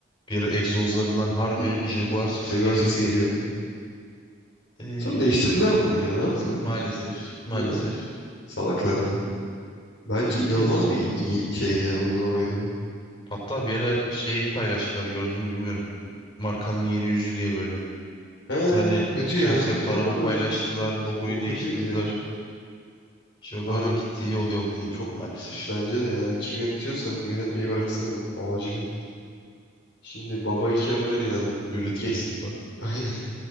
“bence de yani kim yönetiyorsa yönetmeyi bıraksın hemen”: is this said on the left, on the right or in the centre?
Left